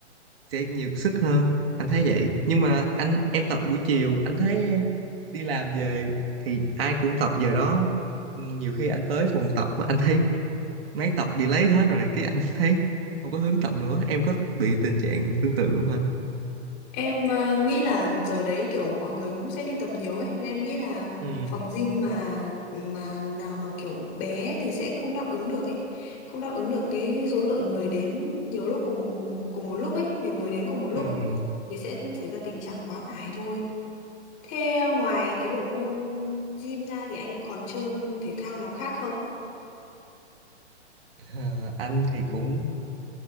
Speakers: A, on the right; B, on the left.
A: sẽ nhiều sức hơn anh thấy vậy nhưng mà anh em tập buổi chiều anh thấy đi làm về thì ai cũng tập giờ đó nhiều khi anh tới phòng tập anh thấy mấy tập bị lấy hết rồi cái anh thấy không có hứng tập nữa em có bị tình trạng tương tự không ha
B: Em ờ, nghĩ là giờ đấy kiểu mọi người cũng sẽ đi tập nhiều ấy nên em nghĩ là
A: ừ,
B: phòng gym mà mà nào mà kiểu bé thì sẽ không đáp ứng được ấy. Không đáp ứng được cái số lượng người đến nhiều lúc cùng cùng một lúc ấy, nhiều người đến cùng một lúc
A: ừ.
B: thì sẽ xảy ra tình trạng quá tải thôi. Thế ngoài cái bộ môn gym ra thì anh còn chơi môn thể thao nào khác không?
A: Ờ, anh thì cũng